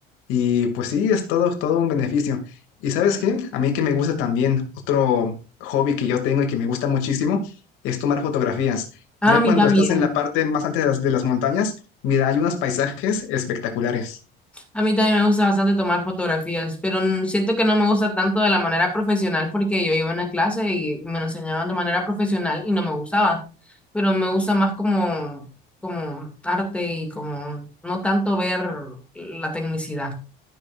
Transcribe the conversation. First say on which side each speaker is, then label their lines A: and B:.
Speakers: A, on the left; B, in the centre.
A: y pues sí, es todo, todo un beneficio. ¿Y sabes qué? A mí que me gusta también, otro hobby que yo tengo y que me gusta muchísimo es tomar fotografías.
B: ah
A: Ya
B: A mí
A: cuando
B: también.
A: estás en la parte más antes de las, de las montañas, mira, hay unos paisajes espectaculares.
B: A mí también me gusta bastante tomar fotografías, pero n- siento que no me gusta tanto de la manera profesional porque yo iba a una clase y me lo enseñaban de manera profesional y no me gustaba, pero me gusta más como, como arte y como no tanto ver la tecnicidad.